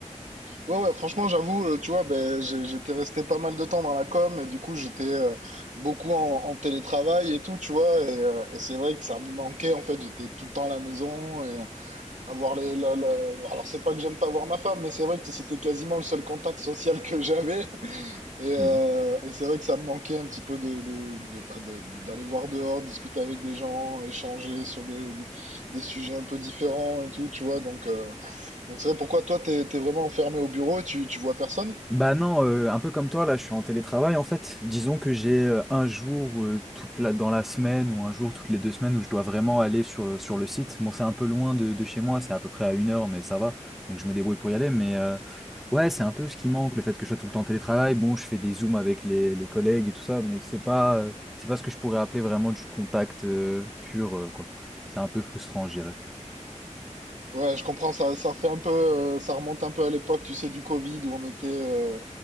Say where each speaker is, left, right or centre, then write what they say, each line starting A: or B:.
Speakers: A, on the right; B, in the centre.
A: Ouais, ouais, franchement, j'avoue, euh, tu vois, ben, j'ai- j'étais resté pas mal de temps dans la com et du coup, j'étais euh, beaucoup en, en télétravail et tout, tu vois, et, euh, et c'est vrai que ça me manquait, en fait, j'étais tout le temps à la maison et avoir les, la- la- alors c'est pas que j'aime pas voir ma femme, mais c'est vrai que c'était quasiment le seul contact social que j'avais <laughs> et, euh,
B: Mm.
A: et c'est vrai que ça me manquait un petit peu de, de, de, pas de, d'aller voir dehors, discuter avec des gens, échanger sur des, des, des sujets un peu différents et tout, tu vois, donc, euh, donc c'est vrai, pourquoi toi, t'es, t'es vraiment enfermé au bureau et tu, tu vois personne?
B: Bah non, euh, un peu comme toi, là, je suis en télétravail en fait. Disons que j'ai euh, un jour euh, toute la, dans la semaine ou un jour toutes les deux semaines où je dois vraiment aller sur, sur le site. Bon, c'est un peu loin de, de chez moi, c'est à peu près à une heure, mais ça va. Donc je me débrouille pour y aller. Mais euh, ouais, c'est un peu ce qui manque, le fait que je sois tout le temps en télétravail. Bon, je fais des zooms avec les, les collègues et tout ça, mais c'est pas, euh, c'est pas ce que je pourrais appeler vraiment du contact euh, pur, euh, quoi. C'est un peu frustrant, je dirais.
A: Ouais, je comprends, ça, ça fait un peu, euh, ça remonte un peu à l'époque, tu sais, du Covid, où on était, euh,